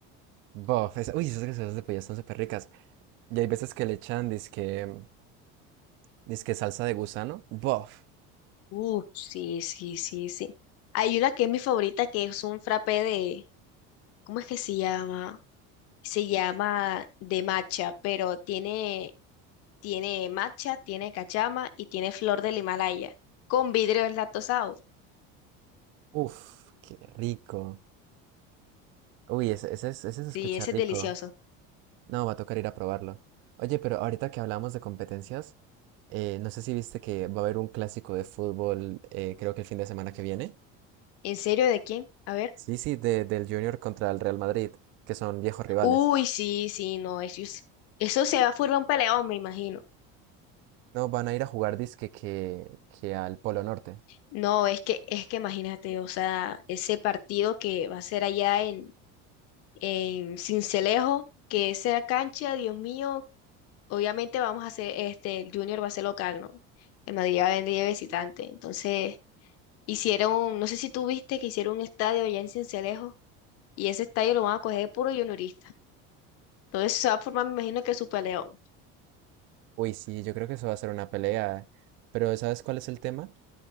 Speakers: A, on the right; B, on the left.
A: bof, esa- uy, esas gaseosas de pollo están súper ricas. Y hay veces que le echan disque, disque salsa de gusano. Bof.
B: Uh, sí, sí, sí, sí. Hay una que es mi favorita, que es un frappé de, ¿cómo es que se llama? se llama de matcha, pero tiene, tiene matcha, tiene cachama y tiene flor del Himalaya, con vidrios lactosados.
A: Uf, qué rico. Uy, ese, ese, es- ese se
B: Sí,
A: escucha
B: ese
A: rico.
B: es delicioso.
A: No, va a tocar ir a probarlo. Oye, pero ahorita que hablamos de competencias, eh, no sé si viste que va a haber un clásico de fútbol, eh, creo que el fin de semana que viene.
B: ¿En serio de quién? A ver.
A: Sí, sí, de- del Junior contra el Real Madrid, que son viejos rivales.
B: Uy, sí, sí, no, eso, es- eso se va a formar un peleón, me imagino.
A: No, van a ir a jugar disque que, que al Polo Norte.
B: No, es que, es que imagínate, o sea, ese partido que va a ser allá en, en Sincelejo, que esa cancha, Dios mío, obviamente vamos a hacer, este, el Junior va a ser local, ¿no? El Madrid va a venir de visitante, entonces Hicieron, no sé si tú viste que hicieron un estadio allá en Cincelejo y ese estadio lo van a coger de puro juniorista. Entonces se va a formar, me imagino que su peleón.
A: Uy, sí, yo creo que eso va a ser una pelea. Pero ¿sabes cuál es el tema?